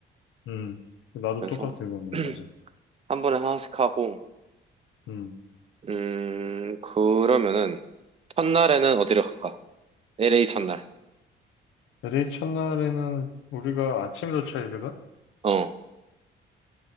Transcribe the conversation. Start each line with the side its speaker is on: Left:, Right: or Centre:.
Left: 음, 나도
Right: 그래서
Left: 똑같아, 그거는,
Right: <clears throat>
Left: 맞아.
Right: 한 번에 하나씩 하고,
Left: 음,
Right: 음, 그러면은 첫날에는 어디를 갈까? LA 첫날.
Left: 대리 첫날에는 우리가 아침 도착이거든?
Right: 어,